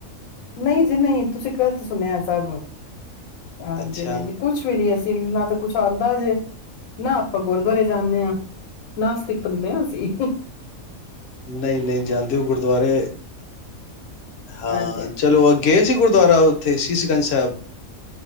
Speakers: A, on the left (about 75°); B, on the left (about 60°).
A: ਨਹੀਂ <inaudible> <unintelligible> ਜੀ ਨਹੀਂ ਤੁਸੀਂ ਗ਼ਲਤ ਸੁਣਿਆ ਸਭ ਹਾਂਜੀ
B: ਅੱਛਾ
A: ਨਹੀਂ ਜੀ ਕੁੱਛ ਵੀ ਨੀ <unintelligible> <unintelligible> ਨਾ ਤਾਂ ਕੁਛ ਆਂਦਾ ਜੇ ਨਾ ਆਪਾਂ ਗੁਰਦੁਆਰੇ ਜਾਨੇ ਆਂ ਨਾਸਤਿਕ ਬੰਦੇ ਆਂ ਅਸੀ
B: ਨਹੀਂ ਨਹੀਂ ਜਾਂਦੇ ਹੋ ਗੁਰਦੁਆਰੇ ਹਾਂ
A: ਹਾਂਜੀ ਹਾਂਜੀ
B: ਚਲੋ <unintelligible> ਗਏ ਸੀ <unintelligible> ਤੇ ਸੀਸਗੰਜ ਸਾਹਿਬ